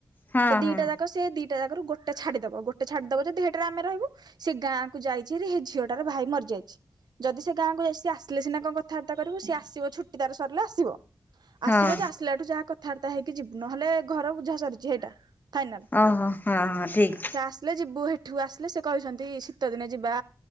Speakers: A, on the left (about 25°); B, on the right (about 85°).
A: ହଁ
B: ତ ଦିଟା
A: ହଁ
B: ଯାକ ସେ ଦିଟା ଜାଗାରୁ ଗୋଟେ ଛାଡିଦବ ଗୋଟେ ଛାଡିଦବ ଯଦି ସେଇଟରେ ଆମେ ରହିବୁ। ସେ ଗାଁ କୁ ଯାଇଚି ହାରି, ସେ ଝିଅଟାର ଭାଇ ମରିଯାଇଚି ଯଦି ସେ ଗାଁକୁ ଯାଇସିି ଆସିଲେ ସିନା କଣ କଥାବାର୍ତ୍ତା କରିବୁ, ସିଏ ଆସିବ ଛୁଟି ତାର ସରିଲେ ଆସିବ।
A: ହଁ
B: ଆସିବ ଯେ ଆସିଲା ଏଠୁ ଯାହା କଥାବାର୍ତା ହେଇକି ଯିବୁ ନହେଲେ ଘର ବୁଝା ସରିଚି ହେଇଟା ଫାଇନାଲ,
A: ଓହୋ ହଁ ହଁ ଠିକ୍
B: ସେ ଆସିଲେ ଯିବୁ ହେ ଏଠୁ ଆସିଲେ ସେ କହିଛନ୍ତି ଶୀତ ଦିନେ ଯିବା